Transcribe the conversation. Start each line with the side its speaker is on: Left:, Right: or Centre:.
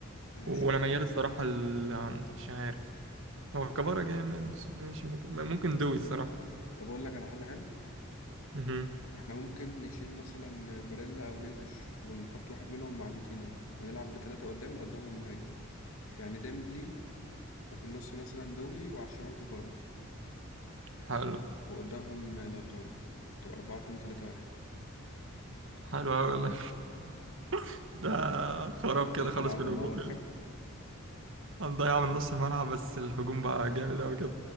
Left: ماشي
Right: وانا ميال الصراحه ال- مش عارف هو كفارة جامد مش فاكر ممكن دوي الصراحه
Left: طب اقول لك على حل حلو
Right: مهم.
Left: احنا ممكن نشيل مثلا باريلا او نيفش ونحط واحد منهم مع فيتينيا ونلعب بثلاثه قدام وقدامهم مهاجم يعني ديمبلي وفي النص مثلا دوي وعلى الشمال كفارا
Right: حلو
Left: وقدامهم لوتارو تبقى 4 2 3 1
Right: حلو أوي والله <laughs> ده خراب
Left: تشكيلة
Right: كده خالص
Left: العالم
Right: في الهجوم
Left: اه
Right: يعني هنضيع من نص الملعب بس الهجوم بقى جامد أوي كده